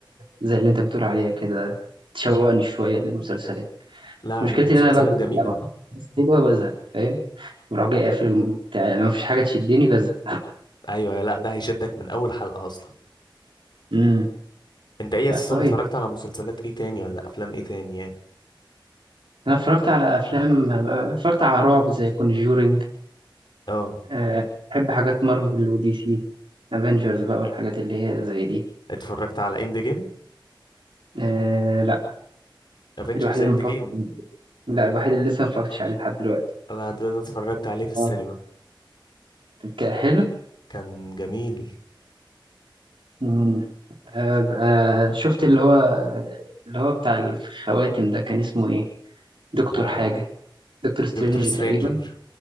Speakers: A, on the right; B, on the left.
A: زي اللي أنت بتقول عليها كده تشوقني شوية للمسلسلات
B: لا
A: مشكلتي
B: لا مسلسلات
A: إن أنا بزهق
B: جميلة
A: لما مفيش حاجة حلوة بزهق فاهم بروح جاي قافل بتاع يعني لو مفيش حاجة تشدني بزهق
B: ايوه لا ده هيشدك من اول حلقة اصلا
A: امم
B: انت ايه
A: لا
B: اساسا
A: كويس
B: اتفرجت على مسلسلات ايه تاني ولا افلام ايه تاني يعني
A: انا اتفرجت على افلام اتفرجت على رعب زي كونجورينج
B: اه
A: أه بحب حاجات مارفل ودي سي افنجرز بقى والحاجات اللي هي زي دي
B: اتفرجت على اند جيم
A: أه لا
B: افنجرز
A: الوحيد
B: اند
A: اللي ما فكرت
B: جيم
A: لا الوحيد اللي لسه ما اتفرجتش عليه لحد دلوقتي
B: انا ده انا اتفرجت عليه في السينما
A: اه ك- حلو
B: كان جميل
A: مم. أه آه، شفت اللي هو اللي هو بتاع الخواتم ده كان اسمه ايه دكتور
B: آه،
A: حاجة دكتور
B: دكتور
A: سترينج
B: سترينجر
A: تقريبا